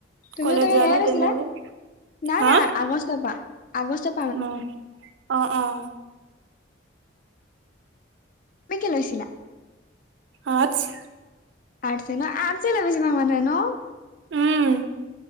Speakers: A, on the left; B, on the right.
A: তুমিও
B: কলেজ
A: তাকে
B: যোৱা
A: সেয়াই
B: নাই
A: লৈছিলা?
B: তেনে আজি?
A: নাই
B: হা?
A: না আগষ্টৰ পৰা আগষ্ট-
B: উম' অঁ অঁ।
A: তুমি কি লৈছা?
B: আৰ্টচ।
A: আৰ্টছে ন আৰ্টছে লয় বেছিভাগ মানুহে ন।
B: উওম'।